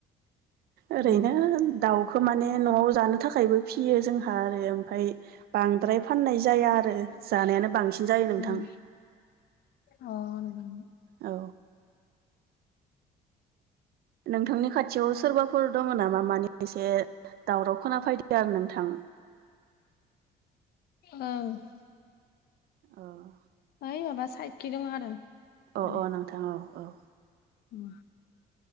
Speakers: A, on the right; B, on the left.
A: ओरैनो
B: औ ओं
A: दाउखौ माने न'आव जानो थाखायबो फियो जोंहा आरो ओमफ्राय बांद्राय फाननाय जाया आरो जानायानो बांसिन जायो नोंथां
B: उम अ नंगोन
A: औ नोंथांनि खाथियाव सोरबाफोर दङ नामा माने एसे दावराव खोना फैदों आरो नोंथां
B: औ
A: अह
B: ओइ माबा साइखि दं आरो माने
A: अ अ नोंथां औ औ
B: उम